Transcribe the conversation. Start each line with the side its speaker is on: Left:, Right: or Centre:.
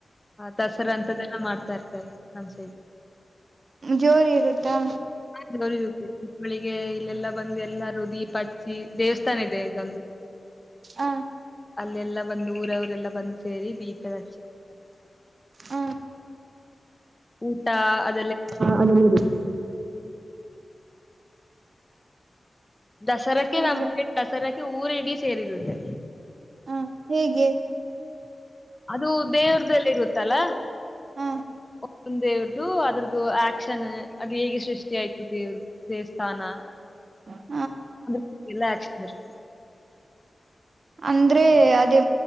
Left: ದಸರಾ ಅಂತಾದೆಲ್ಲ ಮಾಡ್ತಾ ಇರ್ತಾರೆ ನಮ್ ಸೈಡೂ
Right: ಜೋರ್ ಇರುತ್ತಾ.
Left: ಜೋರ್ ಇರುತ್ತೆ ದೀಪಾವಳಿ ಗೆ ಇಲ್ಲೇಲಾ ಬಂದ್ ಎಲ್ಲರೂ ದೀಪ ಹಚ್ಚಿ ದೇವಸ್ಥಾನ ಇದೆ ಎಲ್ಲೊಂದು
Right: ಹ
Left: ಹಲ್ಲೆಲಾ ಬಂದ್ ಊರೋರೆಲ್ಲ ಬಂದ್ ಸೇರಿ ದೀಪ್ ಹೆರಚಿ ಹೋಗ್ತಾರೆ.
Right: ಹ
Left: ಊಟಾ ಆತ್.
Right: ಹಹ್ ಅಲ್ಲಿಡ್ಡಿ
Left: ದಸರಾಕ್ಕೆ
Right: ಫುಲ್
Left: ನಮ್ಗೆ
Right: ಗ್ರಾ
Left: ದಾಸರಕ್ಕೆ ಅದಕ್ಕೆ ಊರಿಡಿ ಸೇರಿರುತ್ತೆ.
Right: ಹ ಹೇಗೆ
Left: ಅದು ದೇವ್ರಿದೆಲ್ಲ ಇರುತ್ತಲ್ಲ
Right: ಹ
Left: ಒಂದ್ ದೇವ್ರ್ ಅದು ಅದುರದು ಆಕ್ಷನ್ ಅದು ಹೇಗ್ ಸೃಷ್ಟಿ ಆಯ್ತದ ದೇವ್ರಸ್ಥಾನ.
Right: ಹ್ಮ
Left: ಅ್ರ ಎಲ್ಲ ಇರುತ್ತೆ
Right: ಅಂದ್ರೆ ಅದೇ